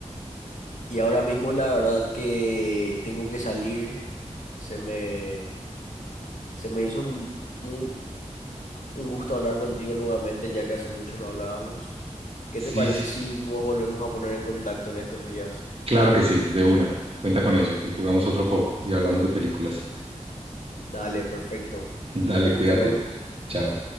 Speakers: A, on the left; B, on the right.
A: Y ahora mismo la verdad que tengo que salir. Se me, se me hizo un, mu- un gusto hablar contigo nuevamente, ya que hace mucho no hablábamos. ¿Qué
B: Sí,
A: te parece
B: sí,
A: si nos volvemos a poner en contacto en estos días?
B: claro que sí, de una, cuenta con ello y jugamos otro poco y hablamos de películas.
A: Dale, perfecto.
B: <laughs> Dale, cuídate,
A: Hasta luego.
B: chao.